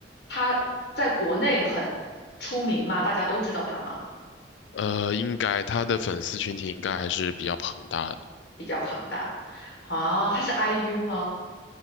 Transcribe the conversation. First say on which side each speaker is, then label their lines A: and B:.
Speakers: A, on the left; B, on the left.
A: 她在国内很出名吗？大家都知道她吗？
B: 呃，应该他的粉丝群体应该还是比较庞大的，
A: 比较庞大，啊，她是 IU 吗？